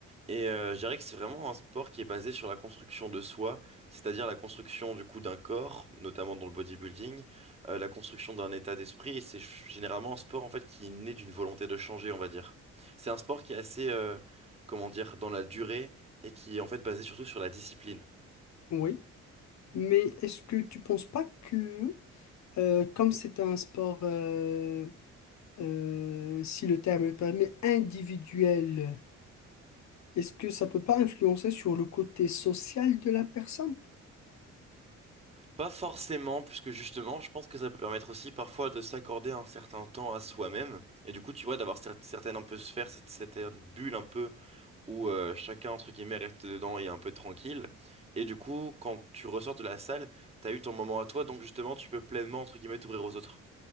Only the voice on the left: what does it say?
oui. Mais est-ce que tu penses pas que, euh, comme c'est un sport, euh, euh, si le terme le permet, individuel, est-ce que ça peut pas influencer sur le côté social de la personne?